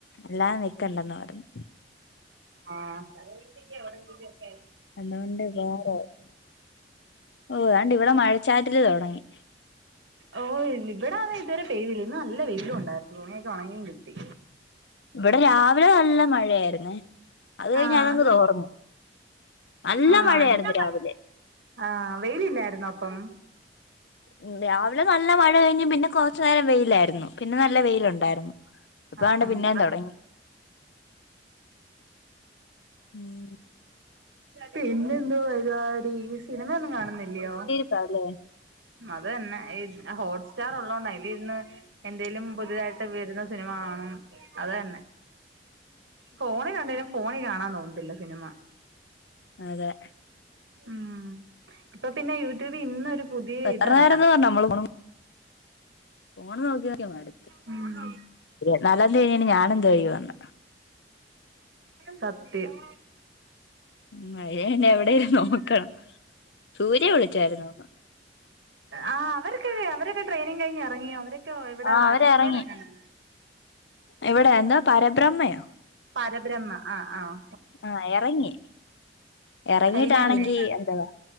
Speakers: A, on the left (about 70°); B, on the right (about 85°).
A: അല്ലാതെ നിക്കണ്ടന്ന് പർഞ്ഞു.
B: ആഹ് <unintelligible>
A: അതോണ്ട് വേറെ ഓഹ് അണ്ട് ഇവിടെ മഴച്ചാറ്റല് തൊടങ്ങി.
B: ഓഹ് ഇവിടാന്ന് ഇതുവരെ പെയ്തില്ല. ഇന്ന് നല്ല വെയിലും ഉണ്ടായ്രുന്നു. തുണിയൊക്കെ ഒണങ്ങിം കിട്ടി.
A: വടെ രാവിലെ നല്ല മഴയായ്ര്ന്നെ. അത് കഴിഞ്ഞ
B: ആഹ്
A: അതങ്ങ് തോർന്നു. നല്ല
B: ആഹ്
A: മഴയായിര്ന്നു രാവിലെ.
B: ആഹ് വെയിലില്ലായിര്ന്നോ അപ്പം
A: ഉം രാവിലെ നല്ല മഴ കഴിഞ്ഞ് പിന്നെ കൊറച്ച് നേരം വെയിലായിര്ന്നു. പിന്നെ നല്ല വെയിലുണ്ടായിര്ന്നു. പ്പാണ്ടേ
B: ആഹ് ആഹ്
A: പിന്നേം തൊടങ്ങി. ഉം
B: പിന്നെന്തോ പരിപാടി ഈ സിനിമയൊന്നും കാണുന്നില്ലയോ?
A: തലേ
B: അതന്നെ ഹോട്ട് സ്റ്റാർ ഉള്ളോണ്ട അയിലിരുന്ന്. എന്തേലും പുതുതായിട്ട് വരുന്ന സിനിമ കാണും അതന്നെ. ഫോണി കണ്ടേരം ഫോണിൽ കാണാൻ തോന്നത്തില്ല സിനിമ.
A: അതെ.
B: ഉം ഇപ്പൊ പിന്നെ യൂട്യൂബി ഇന്നൊരു പുതിയ
A: എത്ര
B: ഇതറങ്ങി..
A: നേരംന്ന് നമ്മള് പോണം ഫോണ് നോക്കി നോക്കി മടുത്ത്
B: ഉം
A: ഇരുവത്ത് നാലാന്തി കഴിഞ്ഞാ ഞാനെന്ത് ചെയ്യുവോന്നാ
B: സത്യം.
A: ഉം മയെഞ്ഞാ എവിടെലും നോക്കണം. സൂര്യ വിളിച്ചായിരുന്നു.
B: ആ അവരൊക്കെ അവരൊക്കെ ട്രെയിനിങ് കഴിഞ്ഞ് എറങ്ങിയോ അവരൊക്കെ ഇവിടെ
A: ആഹ് അവരെറങ്ങി
B: അരവിന്തയിൽ എങ്ങാണ്ടൊൻ
A: ഇവിടെ എന്താ പരബ്രഹ്മയോ
B: പരബ്രഹ്മ ആഹ് ആഹ്.
A: ആഹ് എറങ്ങി എറങ്ങിട്ടാണെങ്കി
B: കഴിഞ്ഞല്ലേ
A: എന്തവാ.